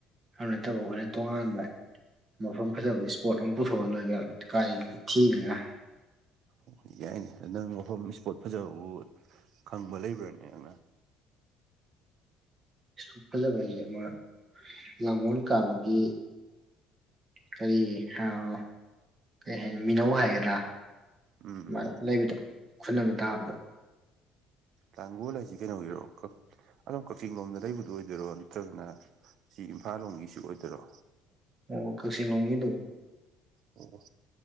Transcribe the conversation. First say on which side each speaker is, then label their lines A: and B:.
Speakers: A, on the right; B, on the right.
A: ꯑꯗꯨ ꯅꯠꯇꯕ ꯑꯩꯈꯣꯏꯅ ꯇꯣꯉꯥꯟꯕ ꯃꯐꯝ ꯐꯖꯕ ꯏꯁꯄꯣꯠ ꯑꯃ ꯄꯨꯊꯣꯛꯑ ꯂꯣꯏ ꯀꯩꯅꯣ ꯀꯥꯏ ꯊꯤꯔꯒ
B: ꯑꯣ ꯌꯥꯏꯅꯦ ꯅꯪ ꯃꯐꯝ ꯏꯁꯄꯣꯠ ꯐꯖꯕꯕꯨ ꯈꯪꯕ ꯂꯩꯕ꯭ꯔꯅꯦ ꯅꯪꯅ
A: ꯁꯛ ꯐꯖꯕ ꯍꯥꯏꯖꯦ ꯑꯃ ꯂꯥꯡꯉꯣꯜ ꯀꯥꯕꯒꯤ ꯀꯔꯤ ꯍꯥꯎ ꯀꯔꯤ ꯍꯥꯏꯅꯤ ꯃꯤꯅꯧ ꯍꯥꯏꯒꯗ꯭ꯔꯥ
B: ꯎꯝ
A: ꯃꯥ
B: ꯎꯝ
A: ꯂꯩꯕꯗꯣ ꯈꯨꯟ ꯑꯃ ꯇꯥꯕꯗꯣ
B: ꯂꯥꯡꯒꯣꯜ ꯍꯥꯏꯁꯤ ꯀꯩꯅꯣꯒꯤꯔꯣ ꯑꯗꯨꯝ ꯀꯛꯆꯤꯡ ꯂꯣꯝꯗ ꯂꯩꯕꯗꯨ ꯑꯣꯏꯗꯣꯏꯔꯣ ꯅꯠꯇ꯭ꯔꯒꯅ ꯁꯤ ꯏꯝꯐꯥꯜ ꯂꯣꯝꯒꯤꯁꯤ ꯑꯣꯏꯗꯣꯏꯔꯣ
A: ꯑꯣ ꯀꯛꯆꯤꯡ ꯂꯣꯝꯒꯤꯗꯣ
B: ꯑꯣ ꯑꯣ